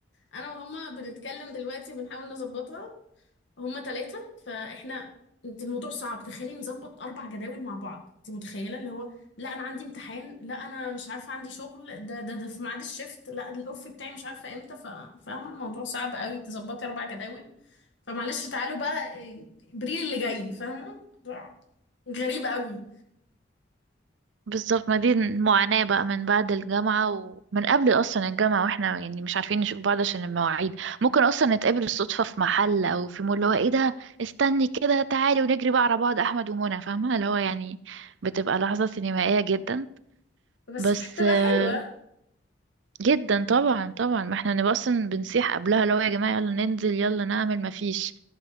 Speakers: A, on the left; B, on the right.
A: انا وهما بنتكلم دلوقتي بنحاول نظبطها هما ثلاثة فاحنا انت الموضوع صعب تخيلي نظبط أربع جداول مع بعض انت متخيلة اللي هو لا أنا عندي امتحان لا أنا مش عارفة عندي شغل ده ده ده في ميعاد الشفت لا ده الأوف بتاعي مش عارفة امتى ف- فاهمة الموضوع صعب قوي تظبطي أربع جداول فمعلش تعالوا بقى إيه، إبريل اللي جاي فاهمة الموضوع غريب قوي
B: بالظبط ما دي المعاناة بقى من بعد الجامعة ومن قبل أصلا الجامعة واحنا يعني مش عارفين نشوف بعض عشان المواعيد ممكن أصلا نتقابل الصدفة في محل أو في مول اللي هو ايه ده استني كده تعالي ونجري بقى على بعض أحمد ومنى فاهمة اللي هو يعني بتبقى لحظة سينمائية جدا
A: بس
B: بس
A: بتبقى
B: آه،
A: حلوة
B: جدا طبعا طبعا ما احنا نبقى أصلا بنصيح قبلها اللي هو يا جماعة يلا ننزل يلا نعمل ما فيش